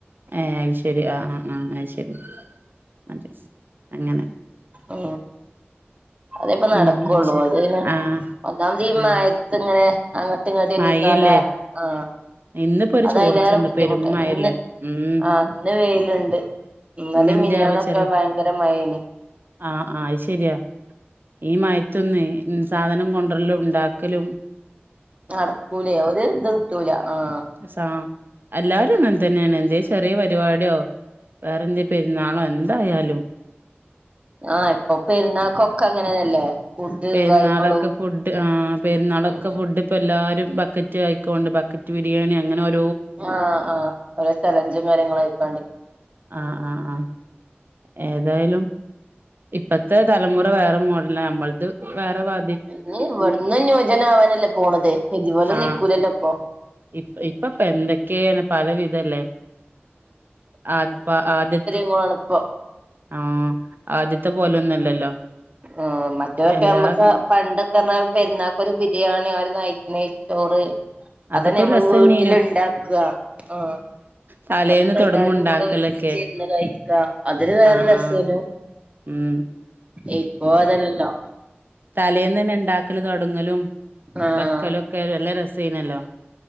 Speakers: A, on the right; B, on the right.
A: ഏഹ് അയ്ശരി ആ ആ ആഹ് അയ് ശരി അതെ അങ്ങനെ
B: ആ അതേപ്പ നടക്കൊള്ളു
A: ഉം ആ ശരി
B: അത്പിന്നെ
A: ആ
B: ഒന്നാമതീ
A: ആ
B: മയ ത്ത് ങ്ങനെ അങ്ങട്ട് ഇങ്ങട്ടെല്ലിക്കാണ്ട്
A: മഴയല്ലേ
B: ആ
A: ഇന്നിപ്പോ ഒരു
B: അതയ്ലേറെ
A: ചോർച്ചണ്ട്
B: ബുദ്ധിമുട്ട
A: പെരും മഴല്ലേ
B: ഇന്ന്
A: ഉം
B: ആ ഇന്ന് വെയ്ല്ണ്ട് ഇന്നലേം
A: ഇന്നെന്താവോ
B: മിനിയാന്നൊക്ക
A: ചെറിയ
B: ഭയങ്കര മഴേനി
A: ആഹ് ആഹ് അത് ശെരിയാ ഈ മയത്ത്ന്ന് സാധനം കൊണ്ട്രലും ണ്ടാക്കലും
B: നടക്കൂലേ ഒരു ഇത് കിട്ടൂല ആഹ്
A: സാ എല്ലാരും അങ്ങൻത്തെന്നേണ് എന്തേലും ചെറിയ പരിപാടിയോ വേറെന്തേ പെര്ന്നാളോ എന്തായാലും
B: ആ ഇപ്പൊ പെരുന്നാക്കൊക്കെ അങ്ങനെന്നല്ലേ ഫുഡ്
A: പെര്ന്നാളൊക്കെ
B: കാര്യങ്ങളും
A: ഫുഡ് ആ പെര്ന്നാളൊക്കെ
B: ഉം
A: ഫുഡ് ഇപ്പ എല്ലാരും ബക്കറ്റ് ആയിക്കോണ്ട് ബക്കറ്റ് ബിരിയാണി അങ്ങനെ ഓ
B: ആഹ് ആഹ് ഓരോ ചലഞ്ചും കാര്യങ്ങളും ആയിക്കാണ്ട്‌
A: ആഹ് ആഹ് ആഹ് ഏതായാലും ഇപ്പത്തെ തലമുറ വേറെ മോഡല നമ്മളത് വേറെ വാ
B: ഇനി ഇവിട്ന്നും ന്യൂജനാവാനല്ലേ പോണത് ഇതുപോലെ
A: ആഹ്
B: നിക്കൂലല്ലൊപ്പൊ
A: ഇപ്പ ഇപ്പപ്പൊന്തൊക്കെണ് പലവിധല്ലേ ആത് പ്പ ആദ്യത്ത്
B: പ്പോണപ്പൊ
A: ആ ആദ്യത്തെ പോലൊന്നല്ലല്ലോ
B: ആ മറ്റേതൊക്കെ
A: എല്ലാ
B: ഞമ്മക്ക് പണ്ടൊക്കെ ന്ന് പർഞ്ഞ പെര്ന്നാക്കൊര് ബിരിയാണി ആ ഒരു നൈറ്റ്‌ നെയ് ച്ചോറ്
A: അതൊക്കെ
B: അതെന്നെ നമ്മള്
A: ഒരു രസന്നേനു
B: വീട്ടില്ണ്ടാക്ക ആ
A: തലേന്ന്
B: അതെന്നെ
A: തൊടങ്ങും
B: എല്ലാരും
A: ഉണ്ടാക്കലൊക്കെ
B: കൂടെ ഒരുമിച്ച് ന്ന് കഴിക്ക അതൊരു വേറൊരു
A: ആ
B: രസേനു
A: ആ ഉം
B: ഇപ്പൊ അതല്ലല്ലോ
A: തലേന്നെന്നെ ണ്ടാക്കല് തൊടങ്ങലും
B: ആഹ്
A: വെക്കലൊക്കെ നല്ല രസെനല്ലോ